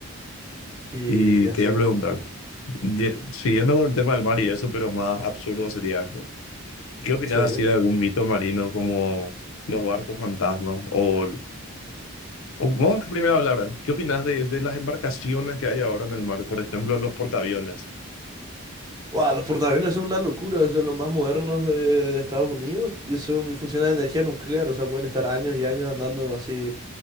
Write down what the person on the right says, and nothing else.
Y,
y así,
sí.
Guau, los portaaviones son una locura, son los más modernos de, de Estados Unidos. y Son, funcionan de energía nuclear, o sea, pueden estar años y años andando así